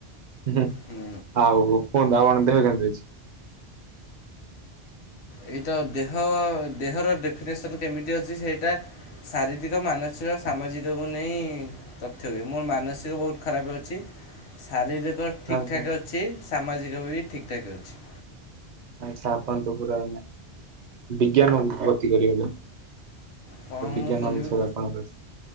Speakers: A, on the right; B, on the left.
A: ଉହୁଁ
B: ହୁଁ
A: ଆଉ କୁହନ୍ତୁ ଆଉ କଣ ଦେହ କେମତି ଅଛି?
B: ଏଇଟା ଦେହ ଦେହର ଡେଫିନେସନ୍ କେମିତି ଅଛି ସେଇଟା ଶାରୀରିକ ମାନସି ସାମାଜିକକୁ ନେଇ ତଥ୍ୟ ହୁଏ ମୋର ମାନସିକ ବହୁତ ଖରାପ ଅଛି ଶାରୀରିକ ଠିକ୍
A: ଆଚ୍ଛା
B: ଠାକ୍ ଅଛି। ସାମାଜିକ ବି ଠିକ ଠାକ୍ ଅଛି।
A: ଆଚ୍ଛା ଆପଣ ତ ପୁରା ବିଜ୍ଞାନ କୁ ଗତି କରି ଗଲେ।
B: କଣ
A: ତ ବିଜ୍ଞାନ
B: ମୁଁ କରିବି
A: ଅନୁସାରେ ଆପଣଙ୍କ